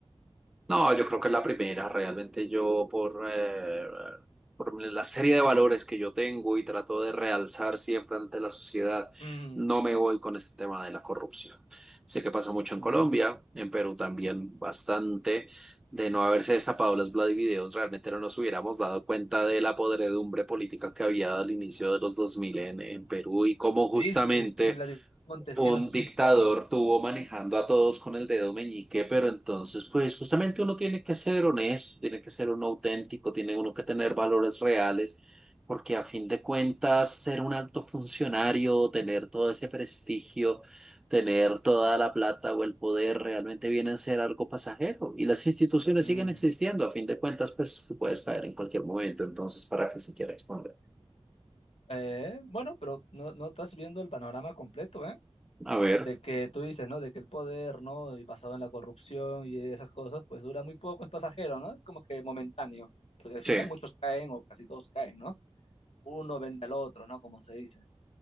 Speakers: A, in the centre; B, on the left (about 75°).
A: No, yo creo que es la primera. Realmente yo por, eh, por la serie de valores que yo tengo y trato de realzar siempre ante la sociedad,
B: Mm,
A: no me voy con este tema de la corrupción. Sé que pasa mucho en
B: mm.
A: Colombia, en Perú también bastante. De no haberse destapado las Vladivideos, realmente no nos hubiéramos dado cuenta de la podredumbre política que había al inicio de los 2000 en, en Perú y cómo justamente
B: ¿Qué dices si Vladimir Montesinos
A: un
B: es
A: dictador
B: un... rey?
A: tuvo manejando a todos con el dedo meñique, pero entonces, pues justamente uno tiene que ser honesto, tiene que ser uno auténtico, tiene uno que tener valores reales, porque a fin de cuentas, ser un alto funcionario, tener todo ese prestigio, tener toda la plata o el poder, realmente viene a ser algo pasajero. Y las instituciones
B: Mm.
A: siguen existiendo, a fin de cuentas, pues tú puedes caer en cualquier momento, entonces, ¿para qué se quiere exponer?
B: Eh, bueno, pero no, no estás viendo el panorama completo, ¿eh?
A: A ver,
B: de que tú dices, ¿no? De que el poder, ¿no? Y basado en la corrupción y esas cosas, pues dura muy poco, es pasajero, ¿no? Es como que momentáneo, porque al final
A: sí,
B: muchos caen o casi todos caen, ¿no? Uno vende al otro, ¿no? Como se dice.